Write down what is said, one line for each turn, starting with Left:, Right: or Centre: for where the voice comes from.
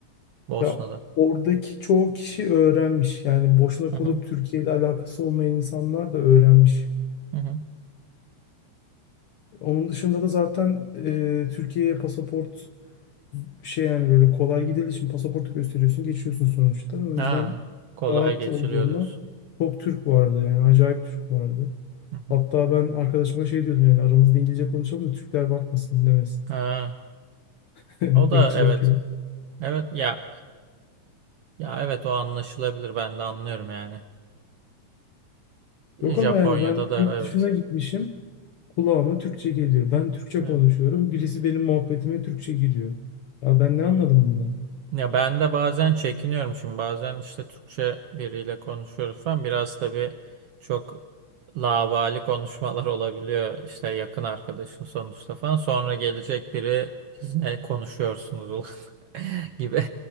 Right: Bosna'da?
Left: Ya oradaki çoğu kişi öğrenmiş. Yani boşuna
Right: Hı
Left: kalıp
Right: hı.
Left: Türkiye ile alakası olmayan insanlar da öğrenmiş.
Right: Hı hı.
Left: Onun dışında da zaten e, Türkiye'ye pasaport şey yani böyle kolay gidildiği için pasaportu gösteriyorsun, geçiyorsun sonuçta. O yüzden
Right: Ha, kolay
Left: rahat
Right: geçiliyor
Left: olduğunda
Right: diyorsun.
Left: çok Türk vardı yani acayip Türk vardı.
Right: Hı hı.
Left: Hatta ben arkadaşıma şey diyordum yani aramızda İngilizce konuşalım da Türkler bakmasın dinlemesin.
Right: Ha,
Left: <laughs>
Right: o da
Left: Irkçılık
Right: evet.
Left: gibi.
Right: Evet ya Ya evet o anlaşılabilir ben de anlıyorum yani.
Left: Yok
Right: Japonya'da
Left: ama yani ben
Right: da
Left: yurt
Right: evet.
Left: dışına gitmişim. Kulağıma Türkçe geliyor. Ben Türkçe
Right: Evet.
Left: konuşuyorum. Birisi benim muhabbetime Türkçe giriyor. Ya ben ne anladım bundan?
Right: Ya ben de bazen çekiniyorum şimdi bazen işte Türkçe biriyle konuşuyoruz falan biraz tabii çok laubali konuşmalar olabiliyor işte yakın arkadaşın sonuçta falan sonra gelecek biri siz ne konuşuyorsunuz ulan?" <laughs> gibi